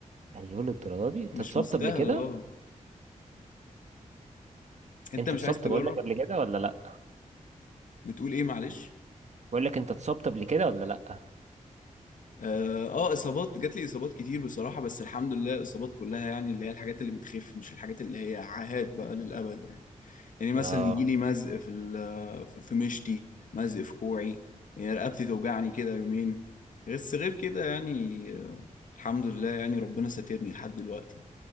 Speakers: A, on the right; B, on the left.
A: ايوه للدرجه دي انت
B: مش
A: اتصبت
B: مستاهله
A: قبل كده
B: اه انت
A: انت
B: مش
A: اتصبت
B: عايز تجرب
A: بقول لك قبل كده ولا لا
B: بتقول ايه معلش
A: بقول لك انت اتصبت قبل كده ولا لا
B: اه آه، اصابات جات لي اصابات كتير بصراحه بس الحمد لله الاصابات كلها يعني اللي هي الحاجات اللي بتخف مش الحاجات اللي هي عاهات بقى للابد يعني يعني مثلا
A: اه
B: يجي لي مزق في ال- في في مشتي مزق في كوعي يعني رقبتي توجعني كده يومين بس غير كده يعني آه، الحمد لله يعني ربنا ساترني لحد دلوقتي